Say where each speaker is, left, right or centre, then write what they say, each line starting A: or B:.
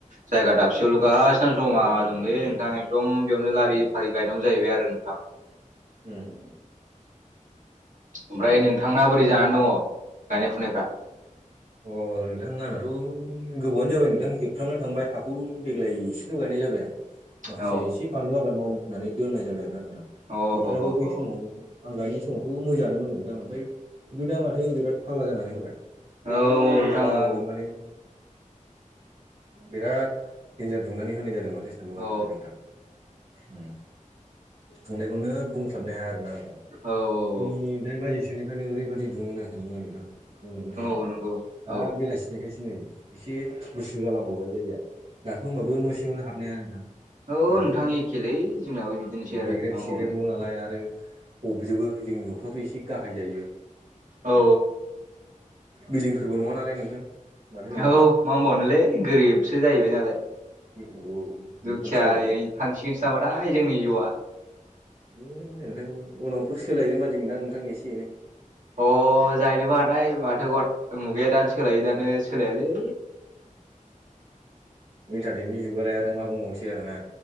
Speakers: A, on the right; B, on the right.
A: जायगा दाबसेयावल' गासिनो जमा दंलै नोंथां एकदम बेयावनो लारि फारि गायनांगौ जाहैबाय आरो नोंथां।
B: ओम।
A: ओमफ्राय नोंथांना बोरै जानानै दङ गायनाय फुनायफ्रा?
B: अ नोंथां आंनाथ' गोबावानो जाबाय नोंथां जोबफ्रामनानै थांबाय हाखौ देग्लाय एसेल' गायनाय जाबाय आं। माखासे
A: औ
B: एसे बानलु आबाद मावनो होननानै दोननाय जाबाय आरो नोंथां
A: औ
B: बोथोराबो
A: औ
B: बैस
A: औ
B: समाव आं गायनाय समावथ' मोजाङानो मोन नोंथां आं ओमफ्राय खिन्थु दामाथो बिराद फाग्ला जानानै होबाय।
A: औ।
B: फाग्ला
A: औ
B: दुंनानै बिराद देन्जार दुंनानै होनाय जादों माथो। सान्दुंआ
A: औ
B: माथो नोंथां ओम बुंनायखौनो बुंस्लाबनो हाया आरोना नोंथां।
A: औ औ।
B: फुंनि दाइन बाजिसोनिफ्रायनो ओरैबायदि दुंओना सानदुंआ नोंथां बुंनानो नांङा।
A: नंगौ नंगौ।
B: दा
A: औ
B: बेलासिनाखायसो नै एसे गुसु जालांबावबाय बे जायगाया। दाथ' होमबाबो न' सियावनो हाबनाया नोंथां।
A: औ
B: जोंहाथ'
A: नोंथां एखेलै। जोंनाबो बिदिनोसै आरो
B: गेग्रेब
A: मा
B: सिग्रेब
A: होनबावनो
B: न नालाय आरो हबजोबो जोंनि न'फ्राथ' एसे गाहाय जायो।
A: औ
B: बिल्दींफोरबो नङा नालाय नोंथां। माथो होनो
A: औ मा होनबावनोलै
B: आरो
A: गोरिबसो जाहैबाय नालाय।
B: औ बेफोरनोसै
A: दुखियायैनो
B: आरोना
A: थांसिगोनसो नामाथाय जोंनि जिउआ।
B: नोंथां उनावफोर सोलायगोन बादिमोनदां नोंथां एसे एनै।
A: अ जाहैनोबो हानाय माथो गद मुगाया दानो सोलायो दानो सोलायालै।
B: इन्टारनेटनि जुगालाय आरो मा बुंबावनोसै आरो ना।